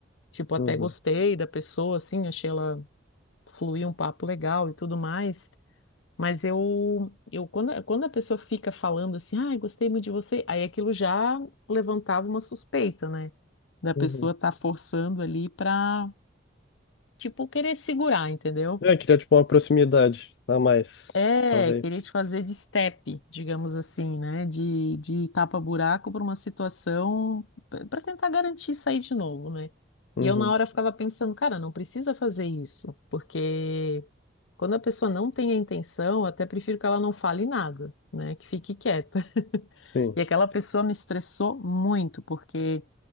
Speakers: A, on the left; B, on the left.
A: Tipo, até
B: Uhum.
A: gostei da pessoa, assim, achei ela fluir um papo legal e tudo mais. Mas eu, eu quando, quando a pessoa fica falando assim, ai, gostei muito de você, aí aquilo já levantava uma suspeita, né? da pessoa
B: Uhum.
A: tá forçando ali pra, tipo, querer segurar, entendeu?
B: É, criar, tipo, uma proximidade a mais,
A: É,
B: talvez.
A: querer te fazer de step, digamos assim, né? De, de tapa-buraco para uma situação para tentar garantir sair de novo, né?
B: Uhum.
A: E eu na hora ficava pensando, cara, não precisa fazer isso, porque quando a pessoa não tem a intenção, eu até prefiro que ela não fale nada, né? Que fique quieta. <laughs>
B: Sim.
A: E aquela pessoa me estressou muito, porque